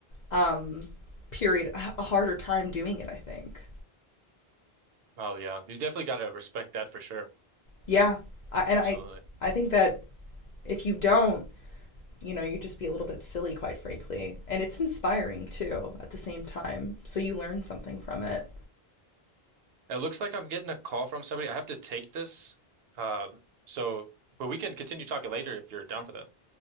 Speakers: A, on the left; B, on the right.
A: um period, a harder time doing it, I think.
B: Oh yeah. You definitely got to respect that for sure.
A: Yeah. I, and
B: Absolutely.
A: I I think that if you don't, you know, you just be a little bit silly quite frankly. And it's inspiring too at the same time. So you learn something from it.
B: It looks like I'm getting a call from somebody. I have to take this. Uh, so but we can continue talking later if you're down for that.